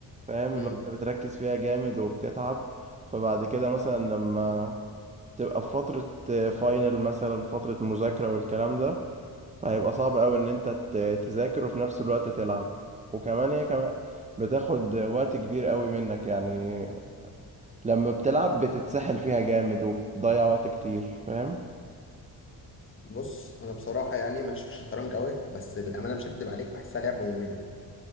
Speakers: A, on the right; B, on the left.
A: فاهم
B: امم
A: اللي هو انت بتركز فيها جامد وبتتعب فبعد كده مثلا لما تبقى في فترة فاينل مثلا فترة مذاكرة والكلام ده فهيبقى صعب قوي ان انت ت- تذاكر وفي نفس الوقت تلعب وكمان هي كمان بتاخد وقت كبير قوي منك يعني لما بتلعب بتتسحل فيها جامد وبتضيع وقت كتير فاهم
B: بص انا بصراحه يعني ماليش في الشطرنج قوي بس الامانه مش هكدب عليك بحسها لعبه ممله